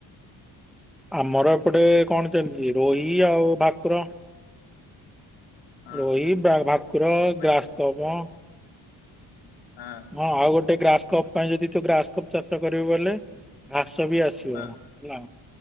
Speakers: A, in the centre; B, on the left.
A: ଆମର ଏପଟେ କଣ ଚାଲିଛି ରୋହି ଆଉ ଭାକୁର।
B: ହଁ
A: ରୋହି, ଭା ଭାକୁର,
B: ମାନେ
A: ଗାସ୍ତମ।
B: ହଁ।
A: ହଁ ଆଉ ଗୋଟେ ଗ୍ରାସ କପ୍ ପାଇଁ ଯଦି ତୁ ଗ୍ରାସ କପ୍ ଚାଷ କରିବୁ ବୋଲେ ଘାସ ବି ଆସି
B: ହଁ
A: ବ ହେଲା